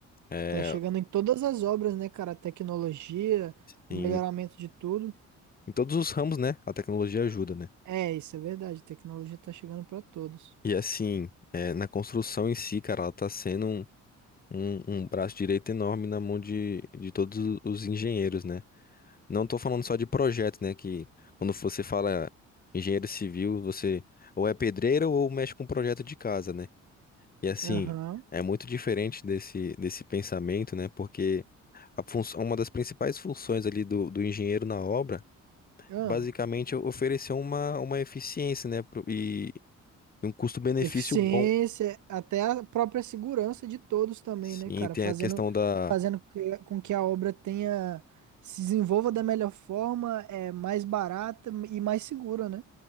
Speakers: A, on the left (about 30°); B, on the right (about 75°).
A: é,
B: que tá chegando em todas as obras, né, cara? A tecnologia,
A: em,
B: o melhoramento de tudo.
A: em todos os ramos, né? A tecnologia ajuda, né?
B: É, isso é verdade. A tecnologia tá chegando pra todos.
A: E assim, é, na construção em si, cara, ela tá sendo um, um, um braço direito enorme na mão de, de todos os engenheiros, né? Não tô falando só de projeto, né? Que quando você fala engenheiro civil, você ou é pedreiro ou mexe com projeto de casa, né? E assim,
B: Aham.
A: é muito diferente desse, desse pensamento, né? Porque a função, uma das principais funções ali do, do engenheiro na obra
B: Ah,
A: é basicamente é oferecer uma, uma eficiência, né? pro- E um custo-benefício
B: eficiência,
A: bom.
B: até a própria segurança de todos também,
A: Sim,
B: né, cara?
A: tem
B: Fazendo,
A: a questão da.
B: fazendo que- com que a obra tenha, se desenvolva da melhor forma, é mais barata e mais segura, né?